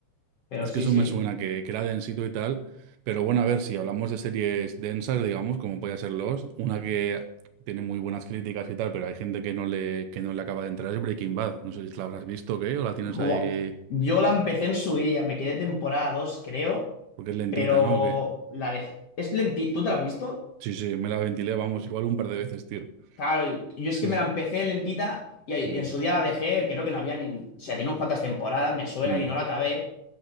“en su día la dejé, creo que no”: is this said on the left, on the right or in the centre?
Left